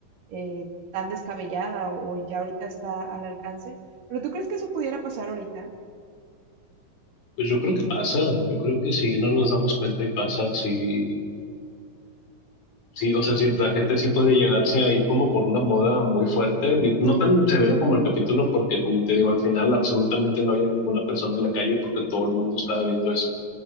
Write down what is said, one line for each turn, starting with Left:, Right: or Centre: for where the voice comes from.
Right: eh, tan descabellada o, o ya ahorita está al alcance, pero ¿tú crees que eso pudiera pasar ahorita?
Left: Pues yo creo que pasa, yo creo que sí, no nos damos cuenta y pasa, sí, Sí, o sea, sí, la gente sí puede llegarse a ir como por una moda muy fuerte, digo, no tan severo como el capítulo, porque como te digo, al final absolutamente no había ninguna persona en la calle porque todo el mundo estaba viendo eso.